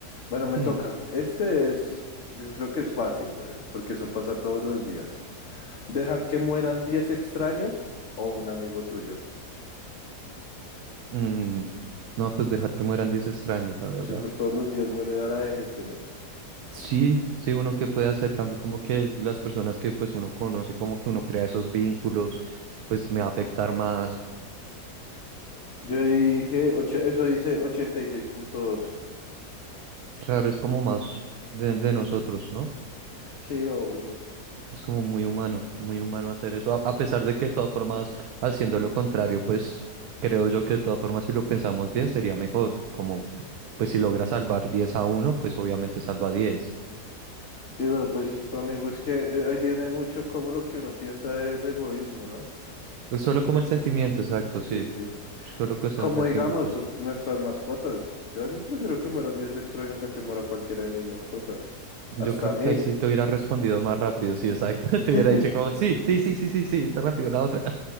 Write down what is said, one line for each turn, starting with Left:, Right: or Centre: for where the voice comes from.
Left: Bueno, me
Right: Mm,
Left: toca. Este es, yo creo que es fácil, weón, porque eso pasa todos los días. ¿Dejar que mueran 10 extraños o un amigo tuyo?
Right: mm, No, pues dejar que mueran 10 extraños, la verdad.
Left: Entonces, pues todos los días muere dara de gente, ¿no?
Right: Sí, sí, uno que puede hacer cambio, como que las personas que pues uno conoce, como que uno crea esos vínculos, pues me va a afectar más.
Left: Yo dije, ocho- eso dice ochenta y seis punto dos,
Right: Claro, es como más de, de nosotros, ¿no?
Left: Sí, obvio.
Right: Es como muy humano, muy humano hacer eso, a, a pesar de que de todas formas, haciendo lo contrario, pues creo yo que de todas formas, si lo pensamos bien, sería mejor, como pues si logra salvar 10 a uno pues obviamente salva diez
Left: Sí, pero pues esto, amigo, es que eh, ahí viene mucho como lo que uno piensa del egoísmo, ¿no?
Right: Es solo como el sentimiento,
Left: Eh,
Right: exacto,
Left: sí,
Right: sí,
Left: sí.
Right: solo cuestión
Left: Como
Right: de sentimientos.
Left: digamos, nuestras mascotas. Yo a veces prefiero que mueran 10 extraños a que muera cualquiera de mis mascotas.
Right: Yo
Left: Hasta
Right: creo
Left: mil.
Right: que ahí sí te hubiera respondido más rápido, sí, exacto,
Left: <laughs>
Right: <laughs> te hubiera dicho como, sí, sí, sí, sí, sí, sí, da rápido la otra,